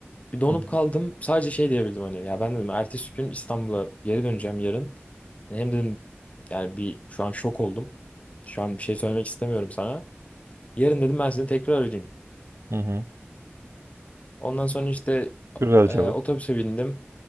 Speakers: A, on the left; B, on the right.
A: Bir donup
B: Hı hı.
A: kaldım. Sadece şey diyebildim hani ya ben dedim ertesi gün İstanbul'a geri döneceğim yarın. Hem dedim yani bir şu an şok oldum. Şu an bir şey söylemek istemiyorum sana. Yarın dedim ben seni tekrar arayayım.
B: Hı hı.
A: Ondan sonra işte
B: Güzel
A: e,
B: cevap.
A: otobüse bindim.